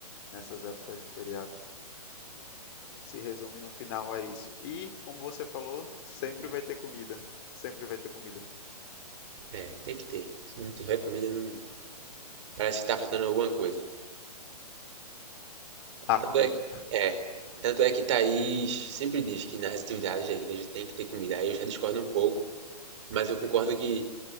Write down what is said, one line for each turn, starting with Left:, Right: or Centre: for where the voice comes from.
Left: nessas épocas de feriado. Se resume no final a isso. E, como você falou, sempre vai ter comida. Sempre vai ter comida.
Right: É, tem que ter. Se não tiver comida, não... parece que tá faltando alguma coisa.
Left: A comida.
Right: Tanto é, é, tanto é que Thaís sempre diz que nas atividades da igreja tem que ter comida. Aí eu já discordo um pouco, mas eu concordo que